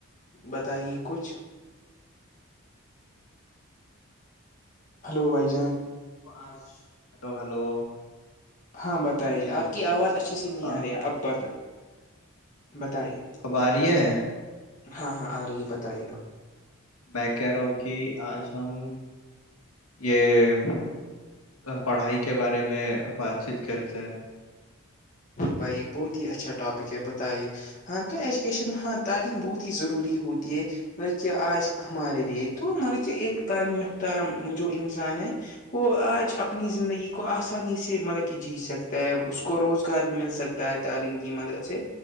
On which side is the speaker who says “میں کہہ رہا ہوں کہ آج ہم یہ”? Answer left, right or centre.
Left